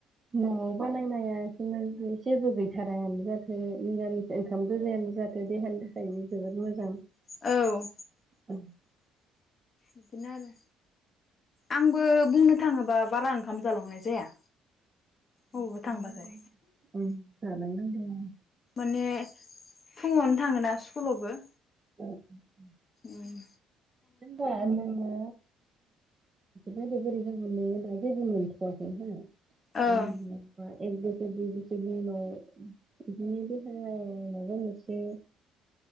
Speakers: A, on the right (about 20°); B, on the left (about 25°).
A: न'आव बानायनाया <unintelligible> जेबो गैथारायानो जाथों मिरामिस ओंखाम गोजायानो जाथों देहानि थाखाय जोबोद मोजां।
B: औ।
A: ओं
B: इदिनो आरो। आंबो। बुंनो थाङोबा बारा ओंखाम जालांनाय जाया।
A: <unintelligible>
B: अबावबा थांबाथाय
A: ओम। जालांनांदों।
B: माने फुङावनो थाङोना स्कुलावबो।
A: <inaudible>
B: ओम।
A: होनबा नोङो। बोरै बोरै जागोन नोङो दा जेबो मोनथवाखैहो। <unintelligible> <unintelligible>
B: ओं
A: एक बोसोर दुय बोसोरनि उनाव बिदिनो देहाया माबा मोनसे